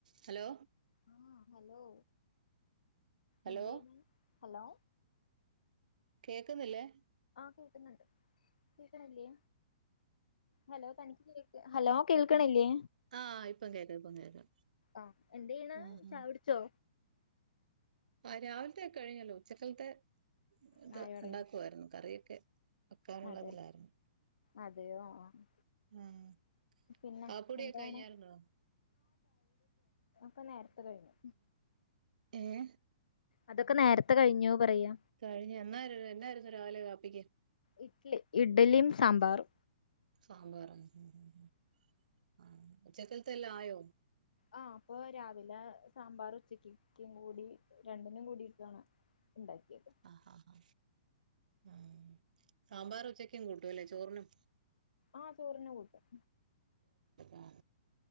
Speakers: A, on the right; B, on the left.
A: Hello
B: ആഹ് hello
A: hello
B: എന്തേയ്ന് hello
A: കേക്ക്ന്നില്ലേ
B: കേക്ക്ന്ന്ണ്ട് കേക്ക്ണില്ലേ ഹലോ തനിക്ക് കേക്ക് ഹലോ കേൾക്ണില്ലേ
A: ആഹ് ഇപ്പം കേക്കാ ഇപ്പം കേക്കാ
B: ആഹ് എന്തെയ്യ്ണ്
A: ആഹ്
B: ചായ കുടിച്ചോ
A: ആഹ് രാവിലത്തെ കഴിഞ്ഞല്ലോ ഉച്ചക്കൽത്തെ ഇത്
B: ചായുടി
A: ഉണ്ടാക്കുവായിരുന്നു കറി്യൊക്കെ എ വെക്കാനുള്ളതിലായിരുന്നു
B: അതെ അതെയോ ആഹ്
A: ആഹ്
B: പിന്നെ
A: കാപ്പികുടിയൊക്കെ
B: എന്താണ്
A: കഴിഞ്ഞാരുന്നോ?
B: ഇപ്പൊ നേരത്തെ കഴിഞ്ഞു
A: ഏഹ്
B: അതൊക്കെ നേരത്തെ കഴിഞ്ഞു പറയാ
A: കഴിഞ് എന്നായിര് എന്നായിരുന്നു രാവിലെ കാപ് പ്പിക്ക്
B: ഇഡ്ലി ഇഡലിം സാമ്പാറും
A: സാമ്പാറാ മ് മ് മ് ആ ഉച്ചക്കൽത്തെല്ലായോ?
B: ആഹ് അപ്പൊ രാവിലെ സാമ്പാർ ഉച്ചക്ക്ക്കും കൂടി രണ്ടിനും കൂടിയിട്ടാണ്. ഉണ്ടാക്കിയത്
A: ആ ഹാ ഹാ ഇം സാമ്പാർ ഉച്ചക്കും കൂട്ടുല്ലേ ചോറിനും
B: ആ ചോറിനു കൂട്ടും
A: ആ